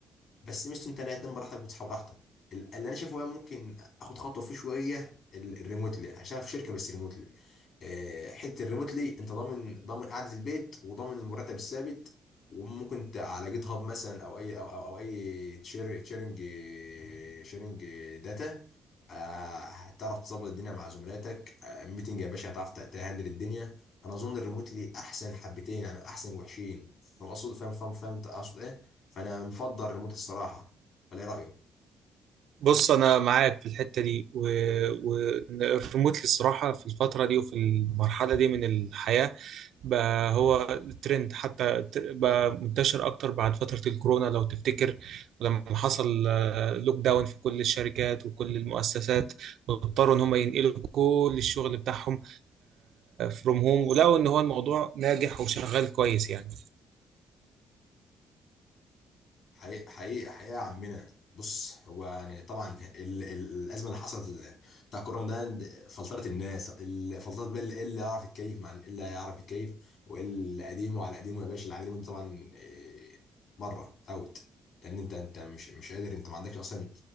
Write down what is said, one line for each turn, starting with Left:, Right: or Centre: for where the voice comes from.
Left: بس ميزته انت لا تنام براحتك وتصحى براحتك ال- اللي انا شايفه بقى ممكن اخد خطوه فيه شويه ال- الريموتلي عشان في شركه بس ريموتلي آه، حته الريموتلي انت ضامن ضامن قعده البيت وضامن المرتب الثابت وممكن انت على جيت هاب مثلا او اي او او, أو اي تشير تشيرنج شيرنج داتا آه، هتعرف تظبط الدنيا مع زملاتك آه، ميتنج يا باشا هتعرف ت- تهندل الدنيا انا اظن الريموتلي احسن حبتين يعني احسن وحشين فاهم اقصد فاهم فاهم فاهم أنت اقصد ايه فانا مفضل ريموت الصراحه ولا ايه رايك
Right: بص انا معاك في الحته دي والريموتلي الصراحه في الفتره دي وفي المرحله دي من الحياه بقى هو ترند حتى ت- بقى منتشر اكتر بعد فتره الكورونا لو تفتكر لما حصل لوك داون في كل الشركات وكل المؤسسات واضطروا ان هم ينقلوا كل الشغل بتاعهم فروم هوم ولقوا ان هو الموضوع ناجح وشغال كويس يعني
Left: حقيقة حقيقة حقيقة يا عمنا بص هو يعني طبعا ال ال الأزمة اللي حصلت ال- بتاع كورونا ده فلترت الناس ال- فلترت بقى اللي اللي يعرف يتكيف مع اللي يعرف يتكيف واللي قديمه على قديمه يا باشا اللي على قديمه ده طبعا إيه، بره اوت لأن أنت أنت مش مش قادر أنت ما عندكش أصلا